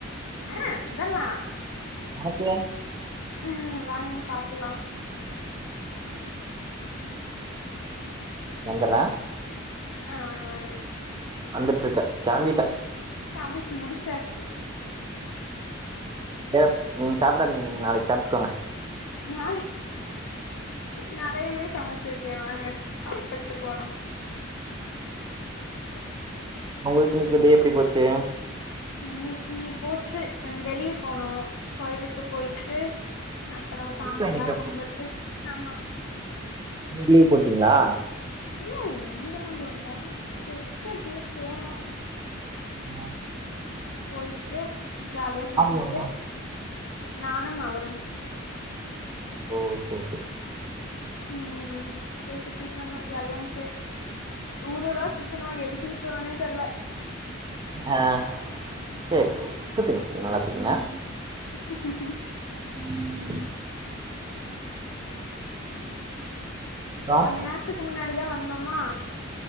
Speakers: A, on the left; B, on the right.
A: ஆ அதெல்லா
B: <unintelligible>
A: அ வாங்க சாப்புல்லா
B: வந்துர்ற
A: ஆ வாங்க வாங்க
B: வந்துட்டு இருக்க கெளம்பிட்டே
A: சமச்சு முடிச்சாச்சு
B: வேற நீங்க சாப்பிடாதீங்க நீங்க நாளைக்கு சாப்டுக்கோங்க
A: நா நெறையவே சமச் சுருக்கே வாங்க சாப்புட்டு போலா
B: உங்களுக்கு இன்னிக்கு டே எப்டி போச்சு
A: இன்னிக்கு போச்சு வெளிய போனோ கோயிலுக்கு போயிட்டு அப்புறோ சாமியெல்லா
B: லீவா இன்னைக்கு
A: கும்புட்டு ஆமா
B: நீங்க லீவ் போட்டீங்களா
A: இல்ல லீவெல்லாம் போல்ல ஜஸ்ட் அப்டியே போனோ
B: ஆ
A: போயிட்டு ஜாலியா சுத்திட்டு
B: யாரு
A: நானும் அவரும்
B: ஓ சேர் சேர்
A: ம் போய் சுத்திட்டு வந்தோ ஜாலியா இருந்துச்சு ஊரு ஊரா சுத்தணு எதுக்கு சுத்தணோனே தெர்ல
B: ஆ சேரி சேரி சுத்துங்க சுத்துங்க நல்லா சுத்துங்க
A: ஆஹ்ன் ஆஹ்ன்
B: உம் அப்புறம்
A: கொஞ்ச நேரத்துக்கு முன்னாடிதா வந் வந்தோமா